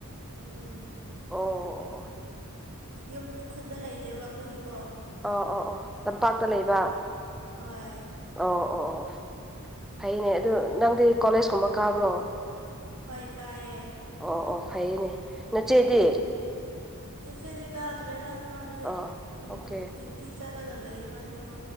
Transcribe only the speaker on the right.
ꯎꯝ
ꯌꯨꯝ ꯈꯨꯟꯗ ꯂꯩꯇꯦꯕ ꯑꯩꯈꯣꯏꯗꯤꯀꯣ
ꯍꯣꯏ
ꯥꯏꯅꯤꯀꯥꯏꯌꯦ
ꯏꯆꯦꯗꯤ ꯀꯥꯇꯔꯦꯗ ꯃꯥꯗꯤ
ꯎꯝ
ꯗꯨꯏꯇꯤ ꯇꯤ ꯆꯂꯒ ꯂꯩꯌꯦ ꯃꯥꯗꯤꯀꯣ